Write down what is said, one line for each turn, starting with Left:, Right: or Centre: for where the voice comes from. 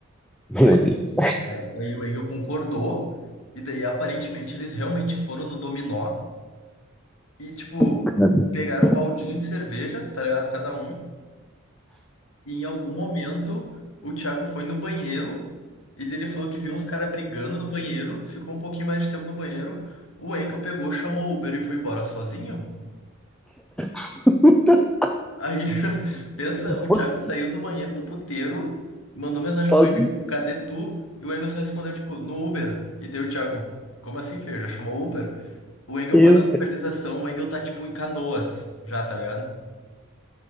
Centre: Meu
Left: Aí,
Centre: Deus.
Left: aí, aí o Engel concordou, e daí aparentemente eles realmente foram no dominó e, tipo,
Centre: <laughs>
Left: pegaram um baldinho de cerveja, tá ligado? Cada um. E em algum momento, o Thiago foi no banheiro e dele falou que viu uns caras brigando no banheiro, ficou um pouquinho mais de tempo no banheiro. O Enkel pegou, chamou o Uber e foi embora sozinho.
Centre: Cara.
Left: Aí, <laughs> pensa, o
Centre: Pô,
Left: Thiago saiu do banheiro do puteiro, mandou mensagem
Centre: Só
Left: pro Enkel, tipo, cadê tu? E o Engel só respondeu, tipo, no Uber. E daí o Thiago, como assim, feio? Já chamou o Uber? O Engel
Centre: Deus,
Left: manda a localização,
Centre: cara.
Left: o Engel tá, tipo, em Canoas, já, tá ligado?